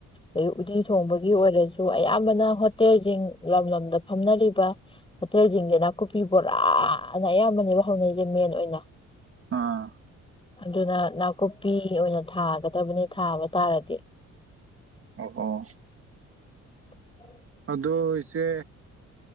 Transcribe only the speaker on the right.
ꯑꯥ
ꯑꯣ ꯑꯣ
ꯑꯗꯣ ꯏꯆꯦ